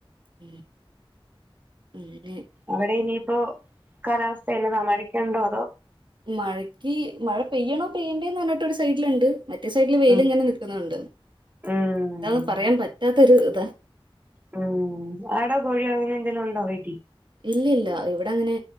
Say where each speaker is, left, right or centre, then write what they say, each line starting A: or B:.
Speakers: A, on the right; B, on the right.
A: ഉം ഉം
B: അവിടെ ഇനിയിപ്പോൾ കാലാവസ്ഥ എന്നത മഴയ്ക്കുണ്ടോ.
A: മഴക്ക് മഴ പെയ്യണോ പെയ്യണ്ട എന്ന് പറഞ്ഞിട്ട് ഒരു സൈഡിലുണ്ട്. മറ്റേ സൈഡിൽ വെയിൽ
B: ഉം
A: ഇങ്ങനെ നിൽക്കുന്നുണ്ട് എന്താണെന്ന്
B: ഉം
A: പറയാൻ പറ്റാത്ത ഒരു. <inaudible>
B: ഉം ആടോ കോഴിയോ അങ്ങനെ എന്തെങ്കിലും ഉണ്ടോ വീട്ടിൽ?
A: ഇല്ല ഇല്ല ഇവിടെ അങ്ങനെ